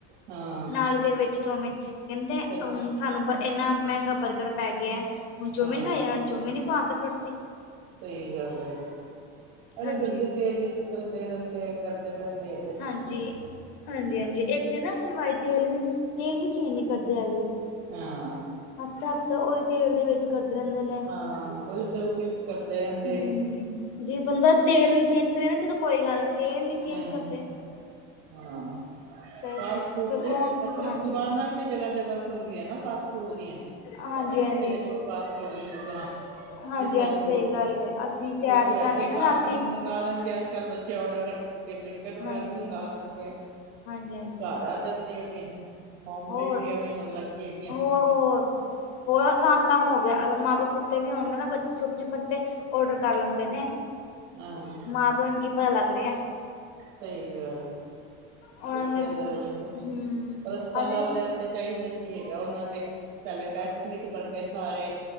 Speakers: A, on the right; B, on the left.
A: ਹਾਂ
B: ਨਾਲੀ ਦੇ ਵਿੱਚ ਚੌਮਿਨ ਕਹਿੰਦੇ
A: ਸਹੀ
B: ਹੁਣ ਸਾਨੂੰ ਇੰਨਾ ਮਹਿੰਗਾ ਬਰਗਰ ਪੈ ਗਿਆ ਹੁਣ ਚੌਮੀਨ
A: ਹਾਂ
B: ਖਾਈ ਜਾ ਉਹਨਾਂ
A: ਸਹੀ
B: ਨੂੰ ਚੌਮੀਿਨ ਹੀ ਪਾ ਕੇ ਸੁੱਟਤੀ।
A: ਸਹੀ ਗੱਲ ਹੈ ਅਰੇ
B: ਹਾਂਜੀ
A: ਗੰਦੇ ਤੇਰੀ ਚ ਤੱਲਦੇ ਰਹਿੰਦੇ ਆ ਕਰਦੇ ਰਹਿੰਦੇ ਆ।
B: ਹਾਂਜੀ-ਹਾਂਜੀ, ਹਾਂਜੀ ਇੱਕ ਤਾਂ ਨਾ ਹਲਵਾਈ ਤੇਲ ਵੀ ਤੇਲ ਵੀ ਚੇਂਜ ਨੀ ਕਰਦੇ ਹੈਗੇ।
A: ਹਾਂ
B: ਹਫ਼ਤਾ-ਹਫ਼ਤਾ ਉਹੀ ਤੇਲ ਦੇ ਵਿੱਚ ਕਰਦੇ ਰਹਿੰਦੇ ਨੇ।
A: ਹਾਂ ਉਹੀ ਤਾਂ ਉਸੇ ਇਚ ਕਰਦੇ ਰਹਿੰਦੇ
B: ਹਮ
A: ਹੈਗੇ।
B: ਜੇ ਬੰਦਾ ਤੇਲ ਵੀ ਚੇਂਜ ਕਰੇ ਨਾ ਚਲੋ ਕੋਈ ਗੱਲ ਨੀ ਤੇਲ ਨੀ ਚੇਂਜ
A: ਹਮ
B: ਕਰਦੇ।
A: ਹਾਂ
B: ਫਿਰ
A: ਫਾਸਫੂਡ
B: ਫਿਰ
A: ਤੇ
B: ਕੌਣ
A: ਅੱਛਾ
B: ਹਾਂਜੀ
A: ਦੁਕਾਨਾਂ ਵੀ ਤੇ ਜਗ੍ਹਾ ਜਗ੍ਹਾ ਖੁੱਲ ਗਈਆਂ ਨਾ ਫਾਸਟਫੂਡ ਦੀਆਂ
B: ਹਾਂਜੀ
A: ਜਿੱਥੇ
B: ਹਾਂਜੀ
A: ਦੇਖੋ ਫਾਸਟਫੂਡ ਦੀ ਦੁਕਾਨ।
B: ਹਾਂਜੀ
A: ਜਿੱਥੇ
B: ਹਾਂਜੀ
A: ਦੇਖੋ
B: ਸਹੀ ਗੱਲ ਹੈ ਅਸੀਂ ਸੈਰ
A: ਕੁਛ ਵੈਸੇ
B: ਜਾਂਦੇ
A: ਹੀ
B: ਹਾਂ ਨਾ
A: ਘਰ
B: ਰਾਤੀ
A: ਮੰਗਵਾ ਲੈਂਦੇ ਆ ਅੱਜ ਕੱਲ ਬੱਚੇ ਔਡਰ ਕਰ ਚੇ ਬਲਿੰਕਟ ਵਗੈਰਾ
B: ਹਾਂਜੀ
A: ਤੋਂ ਮੰਗਵਾ ਲੈਂਦੇ ਆ
B: ਹਾਂਜੀ ਹਾਂਜੀ
A: ਘਰ ਆ ਜਾਂਦੇ ਹੈਗੇ ਹੈ। ਹੋਮ
B: ਹੋਰ
A: ਡਿਲੀਵਰੀਆਂ ਵੀ ਹੋਣ ਲੱਗ ਗੀ ਹੈਗੀਆਂ।
B: ਹੋਰ ਹੋਰ, ਹੋਰ ਆਸਾਨ ਕੰਮ ਹੋ ਗਿਆ ਅਗਰ ਮਾਂ ਬਾਪ ਸੁੱਤੇ ਵੀ ਹੋਣਗੇ ਨਾ ਬੱਚੇ ਛੁਪ ਛੁਪਣਤੇ ਔਡਰ ਕਰ ਲੈਂਦੇ ਨੇ।
A: ਹਾਂ।
B: ਮਾਂ ਪਿਓ ਨੂੰ ਕੀ ਪਤਾ ਲੱਗ ਰਿਹਾ।
A: ਸਹੀ ਗੱਲ।
B: ਉਹਨਾਂ
A: ਬੱਚਿਆ
B: ਨੇ ਤੇ
A: ਦਾ ਦੇਖੋ,
B: ਹਮ
A: ਹਸਪਤਾਲਾਂ
B: ਅਸੀਂ
A: ਵਾਲਿਆ ਨੂੰ ਤੇ ਚਾਹੀਦਾ ਕੀ ਹੈਗਾ ਉਹਨਾਂ ਦੇ ਪਹਿਲੇ ਟੈਸਟ ਲਿਖ ਦੇਣਗੇ ਸਾਰੇ।